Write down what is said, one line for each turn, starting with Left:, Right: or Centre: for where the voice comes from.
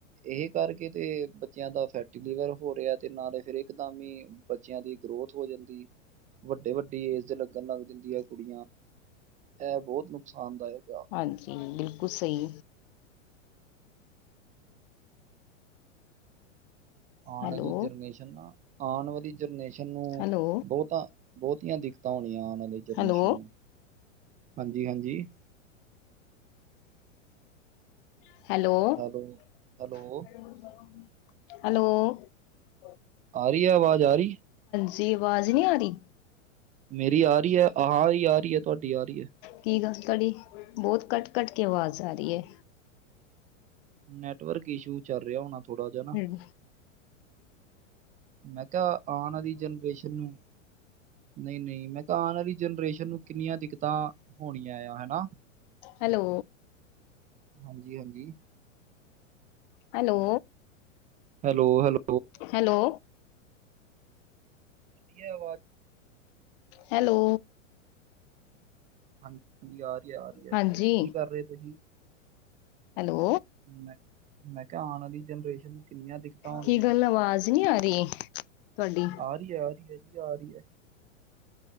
Right: ਇਹ ਕਰਕੇ ਤੇ ਬੱਚਿਆਂ ਦਾ ਫੈਟੀ ਲਿਵਰ ਹੋ ਰਿਹਾ ਏ, ਤੇ ਨਾਲੇ ਫਿਰ ਇੱਕ ਦਮ ਹੀ ਬੱਚਿਆਂ ਦੀ ਗਰੋਥ ਹੋ ਜਾਂਦੀ, ਵੱਡੇ-ਵੱਡੀ ਏਜ ਦੇ ਲੱਗਣ ਲੱਗ ਜਾਂਦੀਆਂ ਕੁੜੀਆਂ ਇਹ ਬਹੁਤ ਨੁਕਸਾਨਦਾਇਕ ਆ।
Left: ਹਾਂਜੀ ਬਿਲਕੁਲ ਸਹੀ
Right: ਆਣ
Left: ਹੈਲੋ
Right: ਵਾਲੀ ਜਰਨੇਸ਼ਨ ਨਾ ਆਣ ਵਾਲੀ ਜਨਰੇਸ਼ਨ ਨੂੰ
Left: ਹੈਲੋ
Right: ਬਹੁਤਾ ਬਹੁਤੀਆਂ ਦਿੱਕਤਾਂ ਹੋਣੀਆਂ। ਜੇਨਰੇਸ਼ਨ
Left: ਹੈਲੋ
Right: ਨੂੰ, ਹਾਂਜੀ-ਹਾਂਜੀ।
Left: ਹੈਲੋ-ਹੈਲੋ
Right: ਹੈਲੋ ਹੈਲੋ ਆ ਰਹੀ ਹੈ, ਆਵਾਜ਼ ਆ ਰਹੀ
Left: ਜੀ ਆਵਾਜ਼ ਨਹੀਂ ਆ ਰਹੀ।
Right: ਮੇਰੀ ਆ ਰਹੀ ਹੈ, ਆਹ ਆ ਰਹੀ ਹੈ, ਤੁਹਾਡੀ ਆ ਰਹੀ ਹੈ।
Left: ਕੀ ਗੱਲ ਤੁਹਾਡੀ ਬਹੁਤ ਕੱਟ-ਕੱਟ ਕੇ ਆਵਾਜ਼ ਆ ਰਹੀ ਹੈ।
Right: ਨੈਟਵਰਕ ਇਸ਼ੂ ਚੱਲ ਰਿਹਾ, ਹੋਣਾ ਥੋੜਾ ਜਿਹਾ ਨਾ
Left: ਹੈ
Right: ਮੈਂ ਕਿਹਾ ਆਣ ਆਲੀ ਜਨਰੇਸ਼ਨ ਨੂੰ ਨਹੀਂ-ਨਹੀਂ, ਮੈਂ ਕਿਹਾ ਆਣ ਵਾਲੀ ਜਨਰੇਸ਼ਨ ਨੂੰ ਕਿੰਨੀਆਂ ਦਿੱਕਤਾਂ ਹੋਣੀਆਂ ਆ ਹਨਾ।
Left: ਹੈਲੋ,
Right: ਹਾਂਜੀ-ਹਾਂਜੀ,
Left: ਹੈਲੋ,
Right: ਹੈਲੋ-ਹੈਲੋ,
Left: ਹੈਲੋ,
Right: ਰਹੀ ਹੈ ਆਵਾਜ਼
Left: ਹੈਲੋ,
Right: ਹਾਂਜੀ ਹਾਂਜੀ, ਆ ਰਹੀ ਹੈ ਆ ਰਹੀ ਹੈ
Left: ਹਾਂਜੀ,
Right: ਕੀ ਕਰ ਰਹੇ ਤੁਸੀਂ
Left: ਹੈਲੋ
Right: ਮੈਂ ਮੈਂ ਕਿਹਾ ਆਣ ਵਾਲੀ ਜਨਰੇਸ਼ਨ ਨੂੰ ਕਿੰਨੀਆਂ ਦਿੱਕਤਾਂ ਹੋਣੀਆਂ।
Left: ਕੀ ਗੱਲ ਆਵਾਜ਼ ਨਹੀਂ ਆ ਰਹੀ ਤੁਹਾਡੀ
Right: ਆ ਰਹੀ ਹੈ, ਆ ਰਹੀ ਆ, ਆ ਰਹੀ ਹੈ।